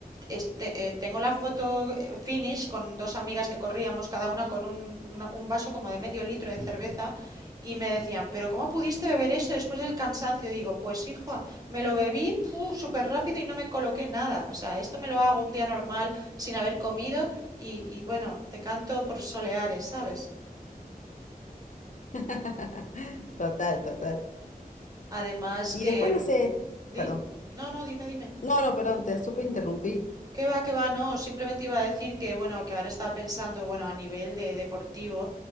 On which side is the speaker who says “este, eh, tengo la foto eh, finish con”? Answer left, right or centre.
Right